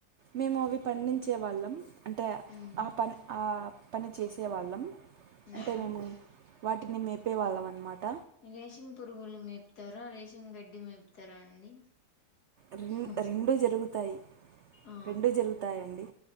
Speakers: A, on the right; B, on the left.
A: మేము అవి పండించేవాళ్ళం అంటే
B: మ్మ్
A: ఆ పని ఆ పని చేసే వాళ్ళం
B: మ్మ్
A: అంటే మేము వాటిని మేమ్ చేవాళ్ళం అనమాట
B: రేషంగ్ పురుగులు మేపుతారా రేషంగ్ గడ్డి మేపుతారా అండి
A: హు
B: ఓ
A: రెండు
B: సారీ
A: జరుగుతాయి
B: ఆ
A: రెండు జరుగుతాయిండి